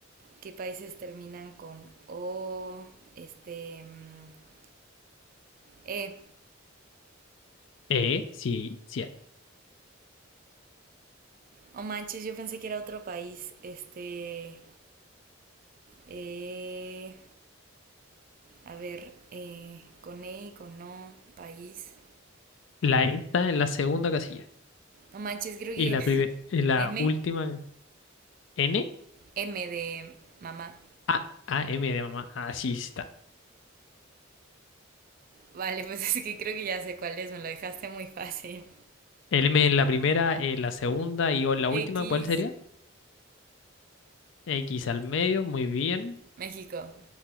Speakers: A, on the right; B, on the left.
A: ¿Qué países terminan con O? Este. mm, eh.
B: E, sí, sí hay.
A: Oh manches, yo pensé que era otro país. Este. Eh. A ver, eh, con E y con O, país.
B: La E está en la segunda casilla.
A: No manches, creo
B: Y
A: que
B: la,
A: <laughs>
B: prime- en la
A: M.
B: última N.
A: M de mamá.
B: A, A, M de mamá. Así está.
A: Vale, pues <laughs> es que creo que ya sé cuál es, me lo dejaste muy fácil.
B: El M en la primera, en la segunda y O en la última,
A: X,
B: ¿cuál sería? X al medio, muy bien.
A: México.